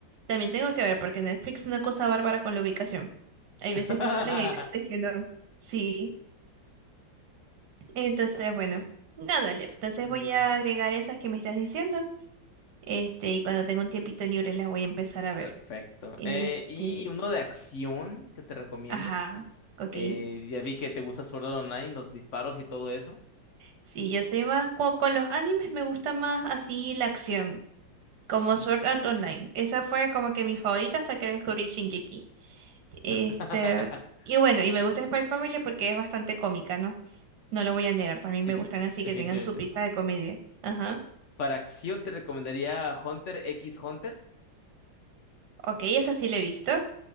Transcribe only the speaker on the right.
también tengo que ver porque Netflix es una cosa bárbara con la ubicación. Hay
veces que salen, hay veces que no. Sí, entonces bueno, nada, le. entonces
voy a agregar esas que me estás diciendo. Este, y cuando tenga un tiempito libre las voy a empezar a ver.
Este,
ajá, ok.
Sí, yo soy más, co- con los animes me gusta más así la acción, como
Sword Art Online. Esa fue como que mi favorita hasta que descubrí Shingeki. Este,
y bueno, y me gusta Spy Family porque es bastante cómica, ¿no? No lo voy a negar, también
me gustan así
que tengan su pizca de comedia. Ajá.
Ok, esa sí la he visto.